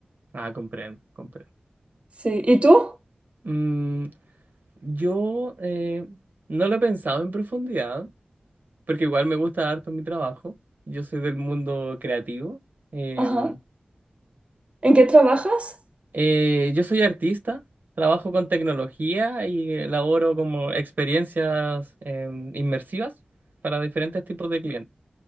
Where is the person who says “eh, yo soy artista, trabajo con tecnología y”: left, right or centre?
Right